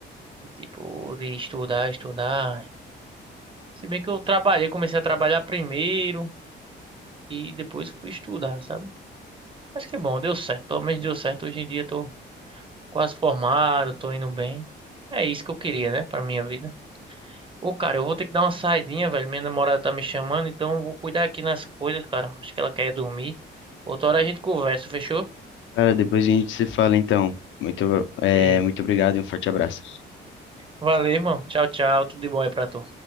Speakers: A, on the right; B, on the left.
A: E, tipo, de estudar, estudar. Se bem que eu trabalhei, comecei a trabalhar primeiro e depois fui estudar, sabe? Mas que bom, deu certo. Pelo menos deu certo. Hoje em dia eu tô quase formado, tô indo bem. É isso que eu queria, né, pra minha vida. Ô, cara, eu vou ter que dar uma saidinha, velho. Minha namorada tá me chamando, então eu vou cuidar aqui nas coisas, cara. Acho que ela quer dormir. Outra hora a gente conversa, fechou?
B: Cara, depois a gente se fala então. Muito, é,
A: Ei.
B: muito obrigado e um forte abraço.
A: Valeu, irmão. Tchau, tchau. Tudo de bom aí pra tu.